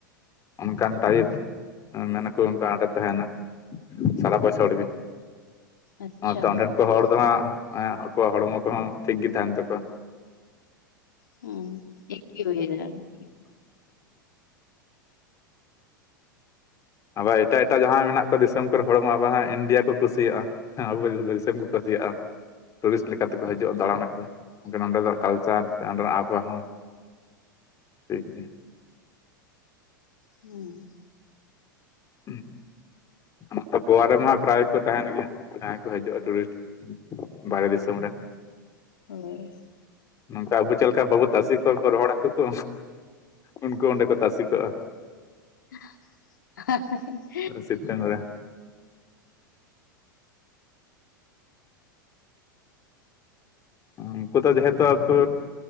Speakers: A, on the left; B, on the left.
A: ᱚᱱᱠᱟᱱ ᱴᱟᱭᱤᱯ ᱢᱮᱱᱟᱠᱚ ᱚᱱᱠᱟ ᱚᱸᱰᱮ ᱛᱟᱦᱮᱱᱟ ᱾ ᱥᱟᱨᱟ ᱵᱚᱪᱷᱚᱨ ᱜᱮ ᱾
B: ᱟᱪᱪᱷᱟ
A: ᱟᱱᱟᱛᱮ ᱚᱸᱰᱮᱱ ᱠᱚ ᱦᱚᱲ ᱫᱚ ᱦᱟᱸᱜ ᱟᱠᱚᱣᱟᱜ ᱦᱚᱲᱢᱚ ᱠᱚᱦᱚᱸ ᱴᱷᱤᱠ ᱜᱮ ᱛᱟᱦᱮᱱ ᱛᱟᱠᱚᱣᱟ ᱾
B: ᱦᱩᱸ ᱮᱠᱤ ᱚᱭᱮᱫᱟᱨ ᱾
A: ᱟᱵᱟᱨ ᱮᱴᱟᱜ ᱮᱴᱟᱜ ᱡᱟᱦᱟᱸ ᱢᱮᱱᱟᱜ ᱠᱚᱣᱟ ᱫᱤᱥᱚᱢ ᱠᱚᱨᱮᱱ ᱦᱚᱲ ᱢᱟ ᱟᱵᱟᱨ ᱦᱟᱸᱜ ᱤᱱᱰᱤᱭᱟ ᱠᱚ ᱠᱩᱥᱤᱭᱟᱜᱼᱟ ᱾ ᱟᱵᱚ ᱫᱤᱥᱚᱢ ᱠᱚ ᱠᱩᱥᱤᱭᱟᱜᱼᱟ ᱴᱩᱨᱤᱥᱴ ᱞᱮᱠᱟᱛᱮᱠᱚ ᱦᱤᱡᱩᱜᱼᱟ ᱫᱟᱬᱟᱱ ᱟᱠᱚ ᱾ ᱦᱟᱰᱮᱸ ᱱᱟᱸᱰᱮᱱᱟᱜ ᱠᱟᱞᱪᱟᱨ ᱥᱮ ᱚᱸᱰᱮᱱᱟᱜ ᱟᱵᱚᱦᱟᱣ ᱦᱚᱸ ᱴᱷᱤᱠ ᱜᱮᱭᱟ ᱾
B: ᱦᱩᱸ
A: <unintelligible> ᱜᱷᱳᱣᱟ ᱨᱮᱢᱟ ᱯᱨᱟᱭ ᱠᱚ ᱛᱟᱦᱮᱱ ᱜᱮᱭᱟ ᱡᱟᱦᱟᱸᱭ ᱠᱚ ᱦᱤᱡᱩᱜᱼᱟ ᱴᱩᱨᱤᱥᱴ ᱾ ᱵᱟᱭᱨᱮ ᱫᱤᱥᱚᱢ ᱨᱮ
B: ᱦᱳᱭ ᱦᱳᱭ
A: ᱱᱚᱝᱠᱟ ᱟᱵᱚ ᱪᱮᱫ ᱞᱮᱠᱟ ᱵᱟᱵᱩ ᱛᱟᱥᱮ ᱠᱚᱣᱟ ᱠᱚ ᱨᱚᱦᱚᱲ ᱦᱟᱠᱩ ᱠᱚ ᱩᱱᱠᱩ ᱚᱸᱰᱮ ᱠᱚ ᱛᱟᱥᱮ ᱠᱚᱜᱼᱟ,
B: <unintelligible>
A: ᱥᱤᱛᱩᱝ ᱨᱮ, ᱩᱱᱠᱩ ᱫᱚ ᱡᱮ ᱦᱩᱛᱩ ᱟᱠᱚ